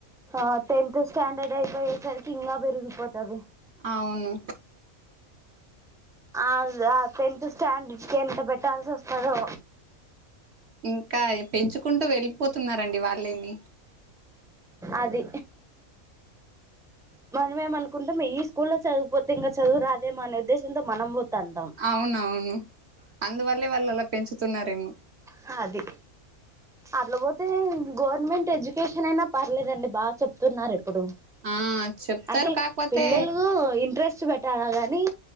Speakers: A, in the centre; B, on the right.
A: ఆ తెంతు స్టాండర్డ్ ఐపోయేసరికి ఇంగా బెరిగిపోతది
B: అవును
A: ఆవ్యా టెన్త్ స్టాండర్డ్ కి ఎంత బెట్టాల్సొస్తదో
B: ఇంకా పెంచుకుంటూ వెళ్ళిపోతున్నారండి వాళ్ళేమి
A: అది మనమేం అనుకుంటం ఈ స్కూల్లో చదువుక్పోతే ఇంగ చదువురాదేమొ అనే ఉద్దేశంతో మనం బోతాంటం
B: అవునవును అందువల్లే వాళ్ళు అలా పెంచుతున్నారేమో
A: హ అది అట్లబోతే గవర్నమెంట్ ఎజ్యుకేషన్ ఐనా పర్లేదండి బాగ్ చెప్తున్నారు ఇప్పుడు
B: ఆ చెప్తారు
A: అంటే
B: కాకపోతే
A: పిల్లలూ ఇంట్రెస్ట్ బెట్టాల గానీ